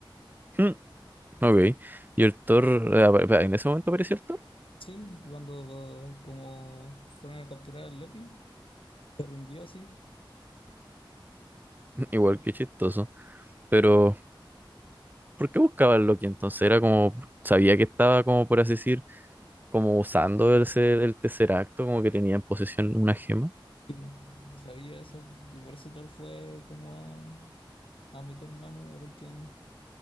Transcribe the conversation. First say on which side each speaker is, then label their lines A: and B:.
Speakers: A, on the right (about 20°); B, on the left (about 85°).
A: Mm, ok. Y el Thor, eh, apa- pa- en ese momento apareció el Thor.
B: Sí, cuando como fueron a capturar a Loki, se rindió así.
A: <laughs> Igual que chistoso. Pero, ¿por qué buscaba el Loki entonces? Era como, sabía que estaba como, por así decir, como usando ese, el tercer acto, como que tenía en posesión una gema.
B: Tipo, sabía eso. Y por eso Thor fue como a, a meter mano a ver qué onda.